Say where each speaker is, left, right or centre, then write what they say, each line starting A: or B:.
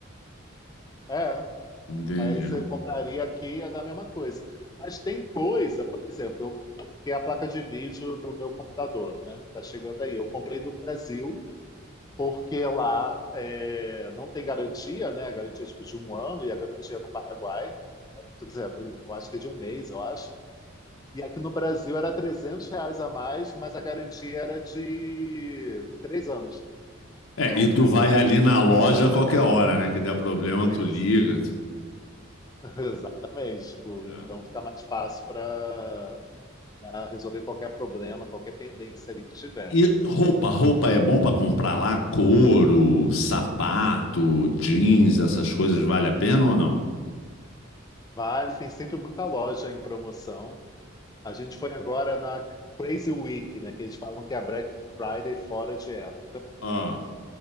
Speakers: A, on the left; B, on the left.
A: É.
B: Entendi.
A: Aí você compraria aqui e ia dar a mesma coisa. Mas tem coisa, por exemplo, eu coloquei a placa de vídeo do meu computador, né? Tá chegando aí. Eu comprei no Brasil, porque lá é, não tem garantia, né? A garantia é tipo de um ano e a garantia no Paraguai, por exemplo, eu acho que é de um mês, eu acho. E aqui no Brasil era 300 reais a mais, mas a garantia era de três anos. Então,
B: É, e tu vai ali na loja a qualquer hora, né? Que der problema,
A: <laughs>
B: tu liga.
A: exatamente. Tipo,
B: Tá.
A: então fica mais fácil para resolver qualquer problema, qualquer pendência ali que tiver,
B: E
A: né?
B: roupa, roupa é bom para comprar lá? Couro, sapato, jeans, essas coisas, vale a pena ou não?
A: Vale, tem sempre muita loja em promoção. A gente foi agora na Crazy Week, né? Que eles falam que é a Black Friday fora de época.
B: Ah.